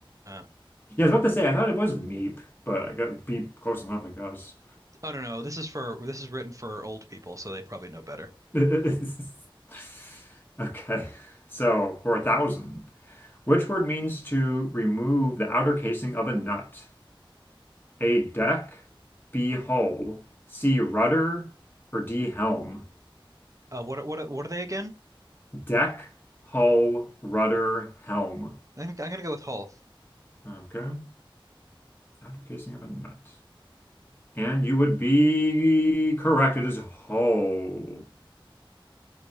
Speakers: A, on the right; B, on the left.
A: uh,
B: Yeah, I was about to say, I thought it was meep, but I got beep close enough, I guess.
A: I don't know. This is for this is written for old people, so they probably know better.
B: <laughs> Okay. So for a thousand, which word means to remove the outer casing of a nut? A deck, B hull, C rudder, or D helm?
A: Uh, what what what are they again?
B: Deck, hull, rudder, helm.
A: I think I'm gonna go with Hull.
B: Okay. Outer casing of a nut. And you would be correct. It is hull.